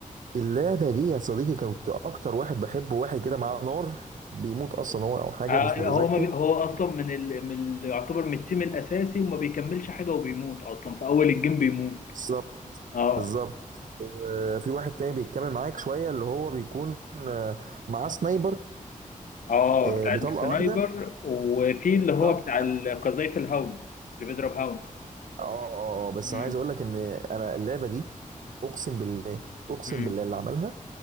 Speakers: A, on the right; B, on the left.
A: اللعبه دي يا صديقي كنت اكتر واحد بحبه واحد كده معاه نار بيموت اصلا هو او حاجه
B: آه،
A: مش متذكر
B: هو ما بي... هو اصلا من ال... من ال... يعتبر من التيم الاساسي وما بيكملش حاجة وبيموت اصلا في اول الجيم بيموت
A: بالظبط
B: اه
A: بالظبط وفي واحد تاني بيتكلم معاك شويه اللي هو بيكون آه، معاه سنايبر
B: اه
A: آه،
B: بتاع
A: بطلقه
B: السنايبر
A: واحده
B: وفي اللي هو
A: تك
B: بتاع ال- قذايف الهاون اللي بيضرب هاون
A: اه اه آه. بس
B: مم.
A: انا عايز اقول لك ان انا اللعبه دي اقسم بالله اقسم
B: مم.
A: بالله اللي عملها